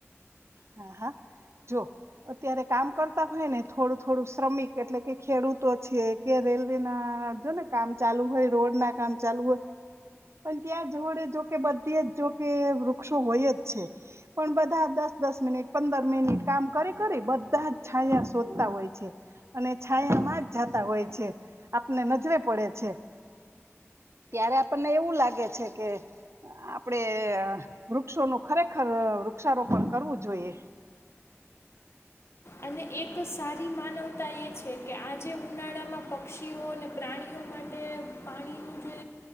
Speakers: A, on the right; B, on the left.
A: હા, હા. જો અત્યારે કામ કરતા હોય ને થોડું-થોડું શ્રમિક એટલે કે ખેડૂતો છે, કે રેલવે ના જો ને કામ ચાલુ હોય, રોડ ના કામ ચાલુ હોય પણ ત્યાં જોડે જો કે બધીએ જ જો કે વૃક્ષો હોય જ છે. પણ બધા દસ દસ મિનિટ પંદર મિનિટ કામ કરી-કરી બધા જ છાયા શોધતા હોય છે, અને છાયા માં જ જાતા હોય છે. આપને નજરે પડે છે. ત્યારે આપણને એવું લાગે છે કે આપડે અહ વૃક્ષોનું ખરેખર વૃક્ષારોપણ કરવું. જોઈએ.
B: અને એક સારી માનવતા એ છે કે આજે ઉનાળામાં પક્ષીઓ અને પ્રાણીઓ માટે પાણીનું જે